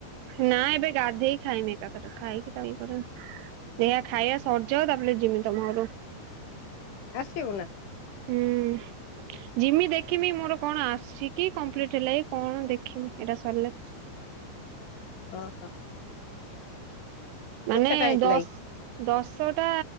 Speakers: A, on the right; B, on the left.
A: ନାଁ ଏବେ ଗାଧେଇ ଖାଇ ମି ଏକାଥରେ ଖାଇକି ତା ଇଏ କରିମ୍। ସେ ଖାଇବା ସରିଯାଉ ତାପରେ ଯମି ତମ ଘରୁ।
B: ଆସିବୁ ନା?
A: ହୁଁ। ଯିମି ଦେଖମି ମୋର କଣ ଆସ କିି କମ୍ପ୍ଲିଟ ହେଲା ଏ କଣ ଦେଖମି ଏଇଟା ସରିଲେ।
B: ହଁ ହଁ କେତେଟା
A: ମାନେ
B: ହେଇଥିଲା
A: ଦଶ
B: କି?
A: ଦଶଟା